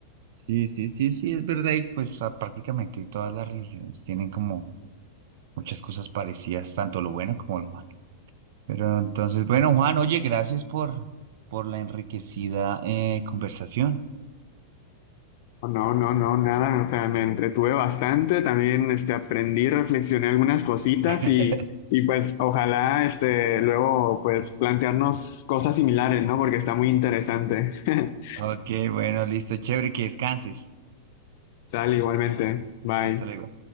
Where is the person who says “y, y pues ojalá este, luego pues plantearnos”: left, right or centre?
Left